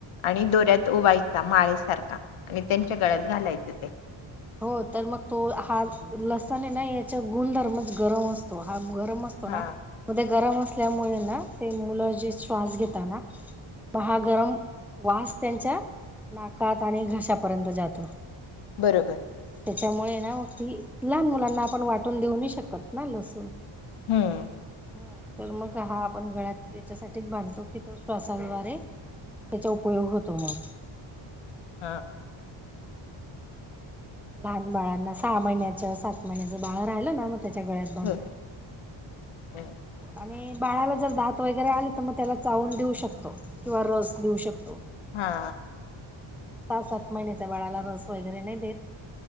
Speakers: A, on the left; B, in the centre.
A: आणि दोऱ्यात ओवायचा माळेसारखा... आणि
B: हम्म
A: त्यांच्या गळ्यात घालायचं ते...
B: हो तर मग तो हात लसण नाही याच्या गुणधर्मच गरम असतो हा... गरम असतो
A: हा
B: ना मध्ये गरम असल्यामुळे ना ते मुलं जे श्वास घेतात ना... म हा गरम वास त्यांच्या नाकात आणि घशापर्यंत जातो.
A: बरोबर...
B: त्याच्यामुळे ना मग ती लहान मुलांना आपण वाटून देऊन शकतो. पतना लसूर ह...
A: हम्म
B: तर मग हा आपण गळ्यात त्याच्यासाठी बांधतो की तो श्वासाद्वारे... त्याचा उपयोग होतो मग...
A: हा हा...
B: लहान
A: हो
B: बाळांना सहा महिन्याच्या सात महिन्याचं बाळ राहिलं ना म... त्याच्या गळ्यात बांधत...
A: हो हो
B: आणि बाळाला जर दात वगैरे आले तर मग त्याला चावून देऊ शकतो किंवा रस... दे ऊ शकतो
A: हा
B: सहा सात महिन्याचा बाळाला रस वगैरे नाही देत..